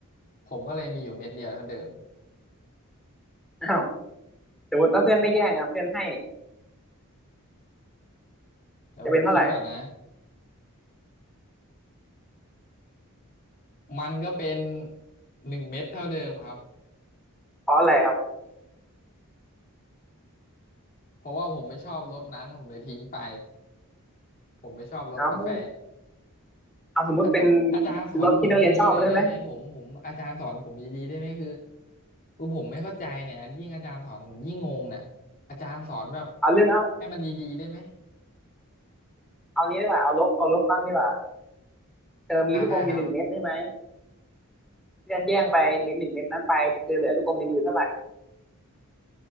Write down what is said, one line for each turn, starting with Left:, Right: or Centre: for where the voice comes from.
Left: ผมก็เลยมีอยู่เม็ดเดียวเท่าเดิม
Centre: อ้าวสมมติถ้าเพื่อนไม่แย่งอ่ะเพื่อนให้
Left: เดี๋ยวผมคิดก่อนนะ
Centre: จะเป็นเท่าไหร่
Left: มันก็เป็นหนึ่งเม็ดเท่าเดิมครับ
Centre: เพราะอะไรครับ
Left: เพราะว่าผมไม่ชอบรสนั้นผมเลยทิ้งไปผมไม่ชอบรสกาแฟ
Centre: เอาเอาสมมุติเป็น
Left: อาจารย์อาจารย์สอนผมดีๆหน่อยได้ไหมผมผมอาจารย์สอนผมดีๆได้ไหมคือ
Centre: รถที่นักเรียนชอบมาได้ไหม
Left: คือผมไม่เข้าใจเนี่ยยิ่งอาจารย์สอนผมยิ่งงงเนี่ยอาจารย์สอนแบบ
Centre: เอาเรื่อง
Left: ให้มันดีๆได้ไหม
Centre: เอานี้ดีกว่าเอาลบเอาลบบ้างดีกว่าเธอมีลูกอมอยู่หนึ่งเม็ดได้ไหม
Left: อ่าได้ครับ
Centre: เพื่อนแย่งไปเม็ดหนึ่งเม็ดนั้นไปเธอเหลือลูกอมในมือเท่าไหร่